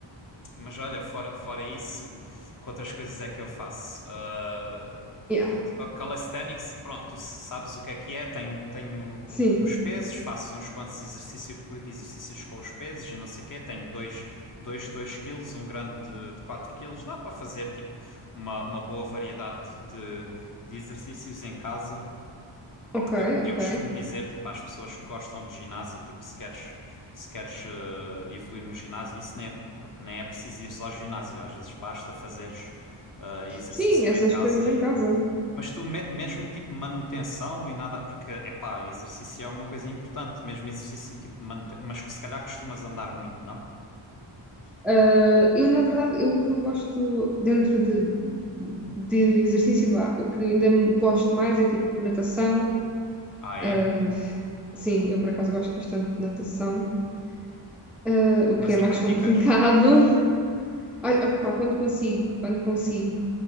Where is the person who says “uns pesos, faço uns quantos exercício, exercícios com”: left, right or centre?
Left